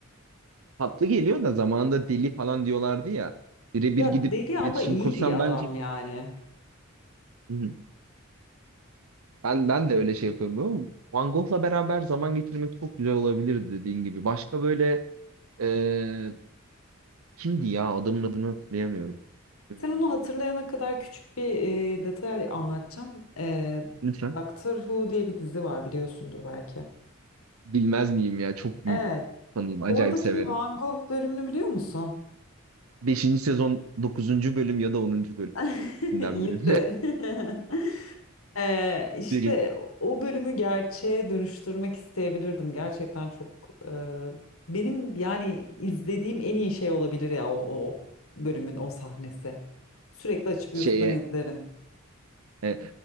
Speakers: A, on the right; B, on the left.
A: tatlı geliyor da zamanında deli falan diyorlardı ya. Birebir
B: Ya
A: gidip
B: deli
A: iletişim
B: ama iyi
A: kursam
B: bir adam
A: bence.
B: yani.
A: Hı hı. Ben ben de öyle şey yapıyorum. ama Van Gogh'la beraber zaman geçirmek çok güzel olabilirdi dediğin gibi. Başka böyle e, kimdi ya? Adamın adını hatırlayamıyorum. Hmm,
B: Sen onu hatırlayana kadar küçük bir e, detay anlatacağım. E,
A: Lütfen.
B: Doctor Who diye bir dizi var biliyorsundur belki.
A: Bilmez miyim ya? Çok büyük
B: Evet.
A: fanıyım. Acayip
B: Oradaki
A: severim.
B: Van Gogh bölümünü biliyor musun?
A: Beşinci sezon dokuzuncu bölüm ya da onuncu
B: <laughs>
A: bölümünden
B: İyisin.
A: biri.
B: <laughs> Ee, işte
A: <laughs> Derin
B: o bölümü gerçeğe dönüştürmek isteyebilirdim. Gerçekten çok e, benim yani izlediğim en iyi şey olabilir ya o, o bölümün o sahnesi. Sürekli açıp
A: şeye
B: YouTube'dan izlerim.
A: Evet.